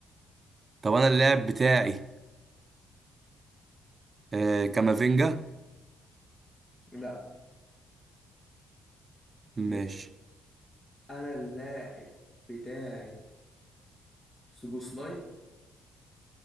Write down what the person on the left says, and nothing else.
لا ماشي
انا اللاعب بتاعي سوبوسلاي